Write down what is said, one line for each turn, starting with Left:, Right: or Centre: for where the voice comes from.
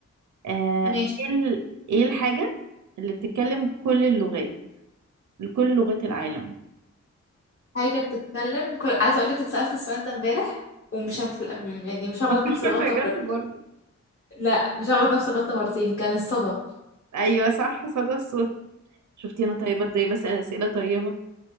Right: آه
Left: ماشي
Right: ايه ال- ايه الحاجة اللي بتتكلم كل اللغات كل لغات العالم
Left: حاجة بتتكلم كل... عايزة اقولك اتسألت السؤال ده امبارح ومش هتل... يعني مش هغلط
Right: <laughs>
Left: نفس
Right: مش فاكرة
Left: الغلطة
Right: جت
Left: مرة.
Right: برضه
Left: لا مش هغلط نفس الغلطة مرتين كان الصدى
Right: ايوه صح صدى الصوت شفتي انا طيبة ازاي بسأل اسئلة طيبة